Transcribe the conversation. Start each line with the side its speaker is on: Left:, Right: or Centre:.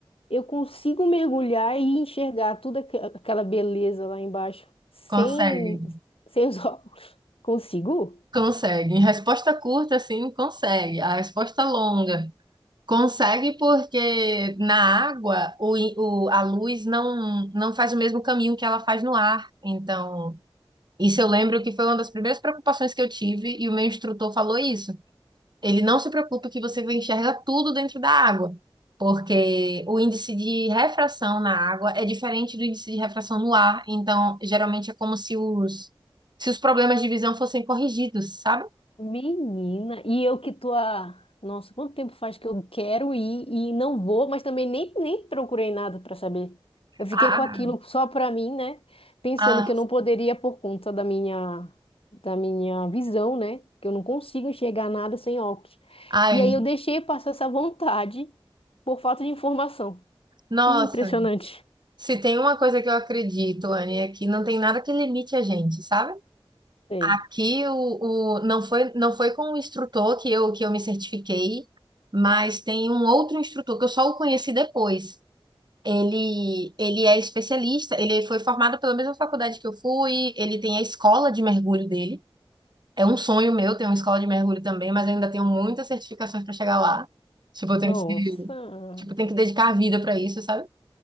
Left: eu consigo mergulhar e enxergar toda aqua- aquela beleza lá embaixo sem,
Right: Consegue.
Left: sem os <laughs> óculos? Consigo?
Right: Consegue. Em Resposta curta, sim, consegue. A resposta longa. Consegue porque na água o, i- o- a luz não, não faz o mesmo caminho que ela faz no ar. Então, isso eu lembro que foi uma das primeiras preocupações que eu tive e o meu instrutor falou isso. Ele não se preocupa que você enxerga tudo dentro da água, porque o índice de refração na água é diferente do índice de refração no ar. Então, geralmente é como se os, se os problemas de visão fossem corrigidos, sabe?
Left: Menina, e eu que tô a... Nossa, quanto tempo faz que eu quero ir e não vou, mas também nem, nem procurei nada para saber. Eu fiquei
Right: Ah,
Left: com aquilo só para mim, né? Pensando
Right: ah,
Left: que eu
Right: ah,
Left: não poderia por conta da minha da minha visão, né? Que eu não consigo enxergar nada sem óculos.
Right: ai,
Left: E aí eu deixei passar essa vontade por falta de informação.
Right: nossa.
Left: Que impressionante.
Right: Se tem uma coisa que eu acredito, Anne, é que não tem nada que limite a gente, sabe?
Left: Sei.
Right: Aqui o, o não foi não foi com o instrutor que eu que eu me certifiquei, mas tem um outro instrutor que eu só o conheci depois. Ele, ele é especialista, ele foi formado pela mesma faculdade que eu fui, ele tem a escola de mergulho dele. É um sonho meu ter uma escola de mergulho também, mas eu ainda tenho muitas certificações para chegar lá. Tipo, eu tenho
Left: Nossa.
Right: que ser, tipo, eu tenho que dedicar a vida para isso, sabe?